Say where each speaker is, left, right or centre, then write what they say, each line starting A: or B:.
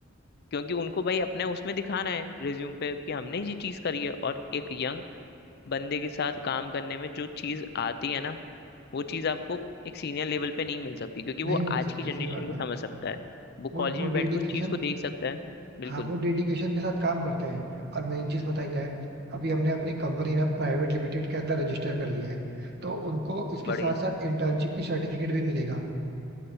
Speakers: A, on the left; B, on the right.
A: क्योंकि उनको भाई अपने उसमें दिखाना है रिज्यूम पे कि हमने ये चीज़ करी है और एक यंग बंदे के साथ काम करने में जो चीज़ आती है ना वो चीज़ आपको एक सीनियर लेवल पे नहीं मिल सकती क्योंकि वो
B: नहीं मिल
A: आज
B: सकती
A: की जनरेशन
B: सही बात
A: को
B: है
A: समझ सकता है वो
B: वो
A: कॉलेज
B: वो
A: में बैठ
B: डेडिकेशन
A: के उस चीज़ को देख सकता है बिल्कुल
B: हाँ वो डेडिकेशन के साथ काम करते हैं और मेन चीज पता है क्या है अभी हमने अपनी कंपनी ना प्राइवेट लिमिटेड के अंदर रजिस्टर कर लिया है तो उनको इसके
A: बढ़िया
B: साथ साथ इंटर्नशिप की सर्टिफिकेट भी मिलेगा